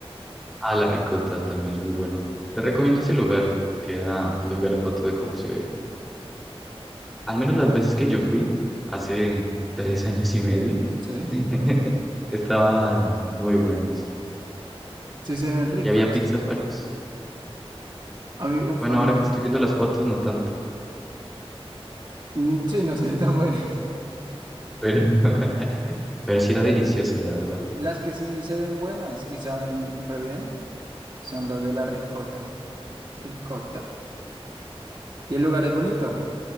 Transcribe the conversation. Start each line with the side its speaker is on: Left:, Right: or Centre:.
Centre: Ah, La Ricota también es muy bueno. Te recomiendo ese lugar. Queda, te voy a enviar foto de cómo se ve. Al menos las veces que yo fui, hace <laughs> tres años y medio,
Right: ¿sí?
Centre: <laughs> estaban muy buenos.
Right: Sí se ven ricas.
Centre: Y había pizzas varias.
Right: A mí, uff,
Centre: Bueno,
Right: a
Centre: ahora
Right: mí,
Centre: que estoy viendo las fotos, no tanto.
Right: mm, sí, no se ven tan buenas.
Centre: Pero, <laughs> pero sí era deliciosa, la verdad.
Right: <laughs> Las que sí se ven buenas y saben re bien son las de la ricota, ricota. Y el lugar es bonito